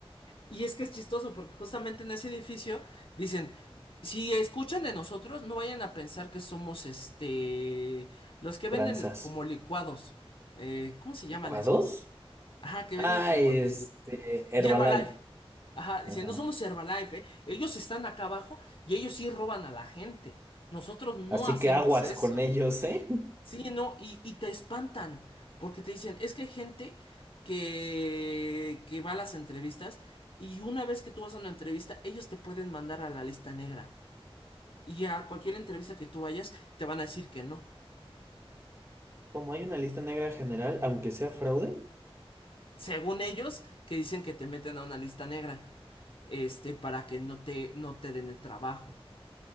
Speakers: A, on the left; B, on the right.
A: Y es que es chistoso porque justamente en ese edificio dicen, si escuchan de nosotros, no vayan a pensar que somos este... los que venden
B: Tranzas.
A: como licuados. Eh, ¿cómo se llaman
B: ¿Licuados?
A: esos? Ajá, que
B: Ah,
A: venden como
B: este,
A: de...
B: Herbalife.
A: Y Herbalife. Ajá, dicen,
B: Ajá.
A: no somos Herbalife, ¿eh? Ellos están acá abajo y ellos sí roban a la gente. Nosotros no
B: Así
A: hacemos
B: que aguas
A: eso.
B: con ellos, ¿eh? <laughs>
A: Sí, no, y, y te espantan porque te dicen, es que hay gente que, que va a las entrevistas y una vez que tú vas a una entrevista, ellos te pueden mandar a la lista negra. Y a cualquier entrevista que tú vayas, te van a decir que no.
B: Como hay una lista negra general, aunque sea fraude.
A: Según ellos, que dicen que te meten a una lista negra, este, para que no te, no te den el trabajo.